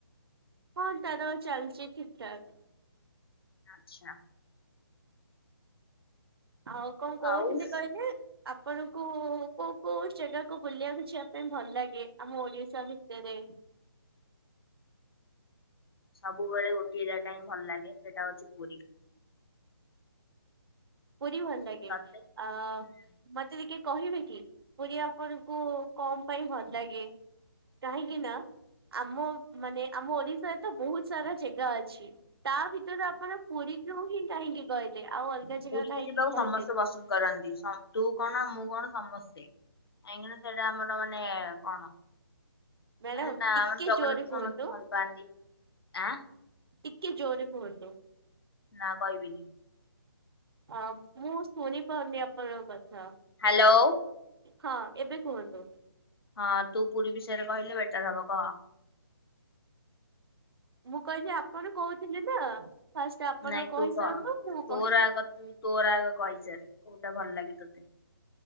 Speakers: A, on the right; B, on the left.
A: ହଁ ତାର ଚାଲିଛି ଠିକ ଠାକ।
B: ଆଚ୍ଛା।
A: ଆଉ କଣ କହୁଥିଲି
B: ଆଉ ହୁଁ
A: କହିଲେ ଆପଣଙ୍କୁ କୋଉ କୋଉ ଜାଗାକୁ ବୁଲିବାକୁ ଯିବା ପାଇଁ ଭଲ ଲାଗେ ଆମ ଓଡିଶା ଭିତରେ।
B: ସବୁବେଳେ ଗୋଟିଏ ଜାଗା ହିଁ ଭଲ ଲାଗେ ସେଇଟା ହଉଛି ପୁରୀ।
A: ପୁରୀ ଭଲ ଲାଗେ
B: ତତେ?
A: ଅ
B: ହୁଁ,
A: ମତେ ଟିକେ କହିବେ କି ପୁରୀ ଆପଣଙ୍କୁ କଣ ପାଇଁ ଭଲ ଲାଗେ? କାହିଁକି ନା ଆମ ମାନେ ଆମ ଓଡିଶାରେ ତ ବହୁତ ସାରା ଜେଗା ଅଛି। ତା ଭିତରୁ ଆପଣ ପୁରୀକୁ ହିଁ କାହିଁକି କହିଲେ ଆଉ ଅଲଗା ଜାଗା କାହିଁକି
B: ପୁରୀ ଯିବାକୁ
A: କହିଲେନି?
B: ସମସ୍ତେ ପସନ୍ଦ କରନ୍ତି ତୁ କଣ ମୁଁ କଣ ସମସ୍ତେ। କାହିଁକିନା ସେଇଟା ଆମର ମାନେ କଣ?
A: ମ୍ୟାଡାମ
B: ମାନେ ତା
A: ଟିକେ
B: ଜଗନ୍ନାଥ
A: ଜୋରରେ କୁହନ୍ତୁ
B: ସମସ୍ତେ ଭଲ ପାଆନ୍ତି ଆଁ।
A: ଟିକେ ଜୋରେ କୁହନ୍ତୁ।
B: ନା କହିବିନି।
A: ଆ ମୁଁ ଶୁଣି ପାରୁନି ଆପଣଙ୍କ କଥା।
B: ହ୍ୟାଲୋ।
A: ହଁ ଏବେ କୁହନ୍ତୁ।
B: ହଁ ତୁ ପୁରୀ ବିଷୟରେ କହିଲେ ବେଟର ହବ କ।
A: ମୁଁ କହିଲି ଆପଣ କହୁଥିଲେ ନା ଫାଷ୍ଟ ଆପଣ
B: ନାଇଁ ତୁ
A: କହିସାରନ୍ତୁ
B: କହ
A: ମୁଁ
B: ତୋର
A: କହିବି।
B: ଆଗ ତୁ ତୋର ଆଗ କହିଚାଲ୍ କୋଉଟା ଭଲ ଲାଗେ ତୋତେ।